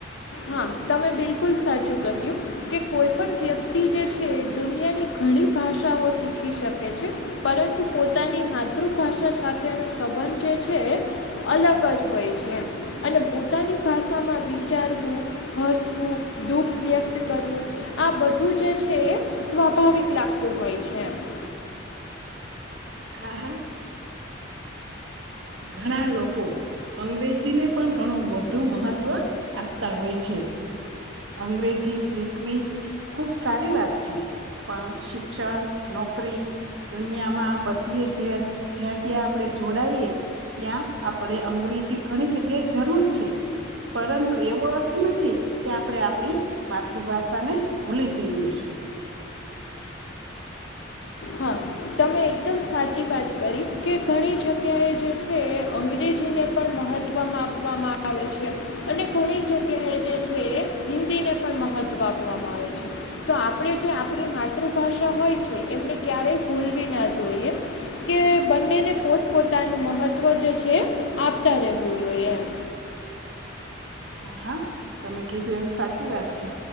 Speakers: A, on the left; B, on the right.
A: હા તમે બિલકુલ સાચું કહ્યું. કે કોઈ પણ વ્યક્તિ જે છે દુનિયાની ઘણી ભાષાઓ શીખી શકે છે. પરંતુ પોતાની માતૃભાષા સાથેનો સંબંધ જે છે. અલગ જ હોય છે એ અને પોતાની ભાષામાં વિચાર વુ હસવું દુઃખ વ્યક્ત કરવું આ બધું જે છે એ સ્વાભાવિક લાગતું હોય છે એમાં.
B: હા હા ઘણા લોકો અંગ્રેજીને પણ ઘણું વધુ મહત્વ આપતા હોય છે. અંગ્રેજી શીખવી ખૂબ સારી વાત છે પણ શિક્ષણ નોકરી દુનિયામાં બધીએ જ્યા જ્યાં ત્યાં આપણે જોડાયએ ત્યાં આપણે અંગ્રેજી ઘણી જગ્યાએ જરૂર છે. પરંતુ એવો અર્થ નથી કે આપણેે આપડી માતૃભાષા ને ભૂલી જઈએ.
A: હા. તમે એકદમ સાચી વાત કરી કે ઘણી જગ્યાએ જે છે એ અંગ્રેજીને પણ મહત્ત્વ વા આપવામાં આવે છે. અને ઘણી જગ્યા એ જે છે એ હિન્દીને પણ મહત્વ આપવામાં આવે છે. તો આપણે જે આપણી માતૃભાષા હોય છે એમને ક્યારેય ભૂલવી ના જોઈએ કે બંનેને પોત પોતાનું મહત્ત્વ જે છે આપતા રહેવું જોઈએ એમ.
B: હા હા તમે કીધું એમ સાચી વાત છે.